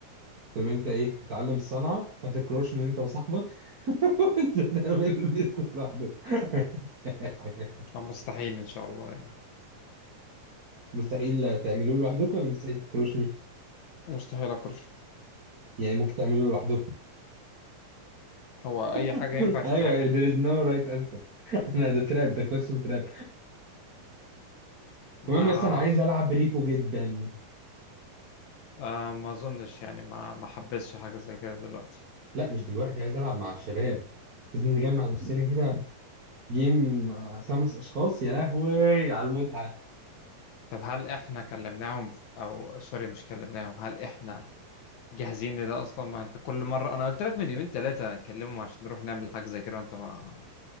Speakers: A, on the right; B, on the left.
A: تقوم انت ايه تتعلم الصنعه فتكروش ان انت وصاحبك <laughs> وانت تعمل البيزنس لوحدك <laughs>
B: آه، مستحيل ان شاء الله يعني
A: مستحيل تعملوه لوحدكم ولا مستحيل تكروشني
B: مستحيل اكرش
A: يعني ممكن تعملوه لوحدكم
B: هو اي
A: <laughs>
B: حاجه ينفع تتعمل
A: ايوه there is no right answer <laughs> لا ده تراب ده
B: بالظبط
A: question تراب
B: ما
A: المهم بس انا عايز العب بريفو جدا
B: آه ما اظنش يعني ما ما حبسش حاجه زي كده دلوقتي
A: لا مش دلوقتي عايز العب مع الشباب لازم نجمع نفسنا كده جيم آه، خمس اشخاص يا لهوي على المتعه
B: طب هل احنا كلمناهم او سوري مش كلمناهم هل احنا جاهزين ده اصلا ما انت كل مره انا قلت لك من يومين ثلاثه اكلمهم عشان نروح نعمل حاجه زي كده وانت ما